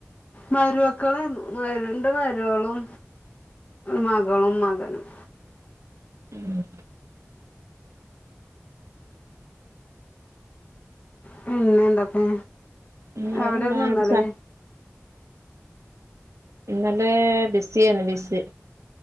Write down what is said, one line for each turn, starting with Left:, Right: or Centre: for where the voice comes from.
Left: മരുമക്കള് രണ്ട് മരുമളും മകളും മകനും
Right: മ്മ്
Left: പിന്നെ എന്താപ്പേ
Right: പിന്നെ വേറെന്താ
Left: എവിടെന്ന് ഇന്നലേ
Right: അടിച്ചാ ഇന്നലെ ബിസിയാണ് ബിസി